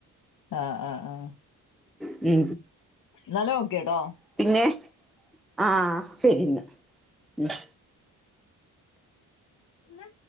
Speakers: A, on the left; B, in the centre.
A: ആഹ് ആഹ് ആഹ്
B: മ്
A: ന്നാല് ഒക്കെട്ടോ
B: പിന്നെ ആഹ് ശരി ന്നാ
A: എന്ന